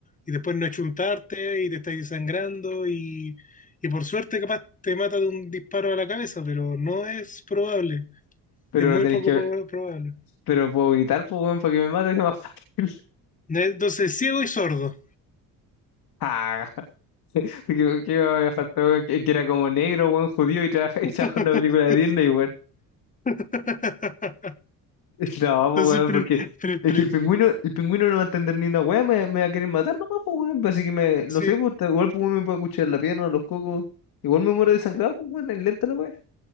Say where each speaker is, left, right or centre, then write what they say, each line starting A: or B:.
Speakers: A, on the left; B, on the left.
A: y después no achuntarte y te estás sangrando y, y por suerte capaz te mata de un disparo a la cabeza, pero no es probable,
B: Pero
A: es muy
B: tenéis
A: poco
B: que...
A: prob- probable.
B: Pero puedo gritar, pues, güey, para que me mate, <laughs> es más fácil. <laughs>
A: Entonces, ciego y sordo.
B: Ah, ¿qué, qué me va a faltar, güey? Que, que era como negro, güey, judío y trabaja, <laughs> y
A: <laughs>
B: trabajó en una película de Disney, güey.
A: <laughs>
B: <laughs> No, pues,
A: Entonces,
B: weón,
A: pre-
B: porque
A: pre-
B: es
A: pre-
B: que el pingüino, el pingüino no va a entender ni una weá, me, me va a querer matar nomás, pues, weón. pues, Así que me, no
A: sí,
B: sé, pues, tal- igual pues, weón, me puede escuchar la pierna, los cocos. Igual me muero desangrado, pues, weón, es lenta la weá.